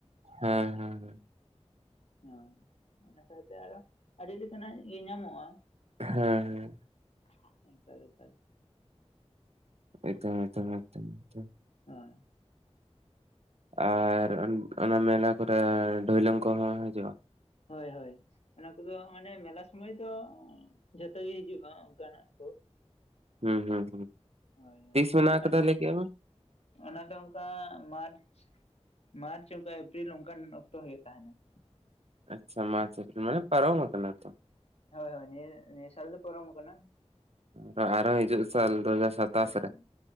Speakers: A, on the right; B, on the left.
A: ᱦᱮᱸ ᱦᱮᱸ ᱦᱮᱸ᱾
B: ᱦᱮᱸ ᱚᱱᱟ ᱥᱟᱶᱛᱮ ᱟᱨᱚ ᱟᱹᱰᱤ ᱞᱮᱠᱟᱱᱟᱜ ᱜᱤ‌ ᱧᱟᱢᱚᱜ-ᱟ ᱾
A: ᱦᱮᱸ ᱦᱮᱸ᱾
B: <inaudible>
A: <inaudible>
B: <inaudible>
A: ᱟᱨ ᱚᱱ ᱚᱱᱟ ᱢᱮᱞᱟ ᱠᱚᱨᱮ ᱰᱷᱚᱭᱞᱚᱝ ᱠᱚᱦᱚᱸ ᱦᱤᱡᱩᱜ-ᱟ?
B: ᱦᱚᱭ ᱦᱚᱭ ᱚᱱᱟ ᱠᱚᱫᱚ ᱢᱟᱱᱮ ᱢᱮᱞᱟ ᱥᱩᱢᱟᱹᱭ ᱫᱚ ᱡᱷᱚᱛᱚ ᱜᱮ ᱦᱤᱡᱩᱜ-ᱟ ᱚᱱᱠᱟ ᱱᱟᱜ ᱠᱚ ᱾
A: ᱦᱩᱸ ᱦᱩᱸ ᱦᱩᱸ
B: ᱦᱳᱭ ᱦᱳᱭ
A: ᱛᱤᱥ ᱢᱮᱱᱟᱜ ᱟᱠᱟᱫᱟ
B: ᱟᱹᱰᱤ ᱞᱮᱠ
A: ᱞᱟᱹᱭ ᱠᱮᱜ-ᱟ ᱵᱤᱱ?
B: ᱚᱱᱟ ᱫᱚ ᱚᱱᱠᱟ ᱢᱟᱨᱪ ᱢᱟᱨᱪ ᱚᱱᱠᱟ ᱮᱯᱨᱤᱞ ᱚᱱᱠᱟᱱ ᱚᱠᱛᱚ ᱦᱩᱭᱩᱜ ᱛᱟᱦᱮᱱᱟ ᱾
A: ᱟᱪᱪᱷᱟ ᱢᱟᱪ ᱮᱯᱨᱤᱞ ᱢᱟᱱᱮ ᱯᱟᱨᱚᱢ ᱟᱠᱟᱱᱟ ᱛᱚ᱾
B: ᱦᱚᱭ ᱦᱚᱭ ᱱᱤᱭᱟᱹ ᱱᱤᱭᱟᱹ ᱥᱟᱞ ᱫᱚ ᱯᱚᱨᱚᱢ ᱠᱟᱱᱟ᱾
A: ᱛᱚ ᱟᱨᱚ ᱦᱤᱡᱩᱜ ᱥᱟᱞ ᱫᱩ ᱦᱟᱡᱟᱨ ᱥᱟᱛᱟᱥ
B: ᱦᱳᱭ ᱦᱳᱭ
A: ᱨᱮ ᱾